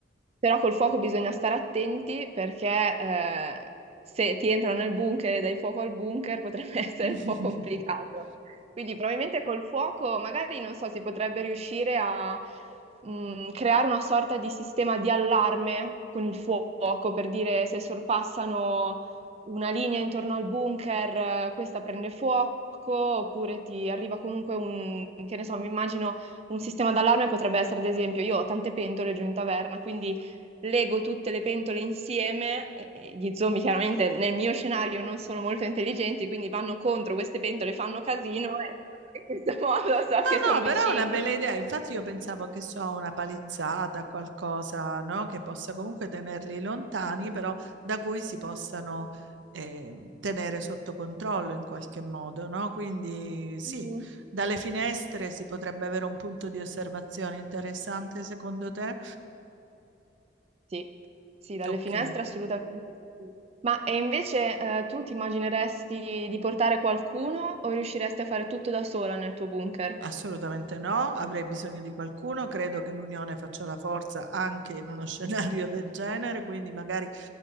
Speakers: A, on the right; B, on the right.
A: Però col fuoco bisogna stare attenti perché eh, se ti entrano nel bunker e dai fuoco al bunker potrebbe <laughs> essere
B: <laughs>
A: un po' complicato. Quindi probabilmente col fuoco magari non so, si potrebbe riuscire a mh, creare una sorta di sistema di allarme con il fuoco per dire se sorpassano una linea intorno al bunker, eh, questa prende fuoco oppure ti arriva comunque un, che ne so, mi immagino un sistema d'allarme potrebbe essere, ad esempio, io ho tante pentole giù in taverna, quindi lego tutte le pentole insieme. eh, Gli zombie chiaramente nel mio scenario non sono molto intelligenti, quindi vanno contro queste pentole, fanno casino e io in questo <laughs> modo
B: No,
A: so che sono
B: no,
A: vicini.
B: però è una bella idea. Infatti io pensavo che so, una palizzata, qualcosa, no? Che possa comunque tenerli lontani, però da cui si possano eh, tenere sotto controllo in qualche modo, no? Quindi sì,
A: Mhm.
B: dalle finestre si potrebbe avere un punto di osservazione interessante, secondo te?
A: Sì, sì, dalle
B: Ok.
A: finestre assolutamente sì. Ma e invece eh, tu ti immagineresti di portare qualcuno o riusciresti a fare tutto da sola nel tuo bunker?
B: Assolutamente no, avrei bisogno di qualcuno, credo che l'unione faccia la forza anche in uno <laughs> scenario del genere, quindi magari